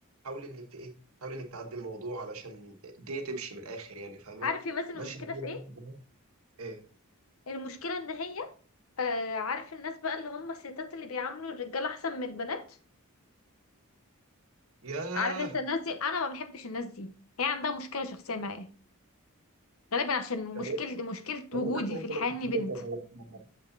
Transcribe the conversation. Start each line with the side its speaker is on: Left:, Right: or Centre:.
Right: حاولي انك ت- ايه حاولي انك تعدي الموضوع علشان الدنيا تمشي من الاخر يعني فاهمه
Left: عارف يا مازن
Right: ماشي
Left: المشكلة
Right: الدنيا
Left: في ايه
Right: بالراحة. ايه
Left: المشكلة ان هي آه عارف الناس بقى اللي هم الستات اللي بيعاملوا الرجالة احسن من البنات
Right: ياه
Left: عارف انت الناس دي انا ما بحبش الناس دي هي عندها مشكلة شخصية معايا غالبا عشان مشكلة
Right: يعني
Left: مشكلة
Right: يعني
Left: وجودي
Right: من الاخر
Left: في
Right: انت
Left: الحياة
Right: لو كنت
Left: اني بنت
Right: راجل كان هيبقى-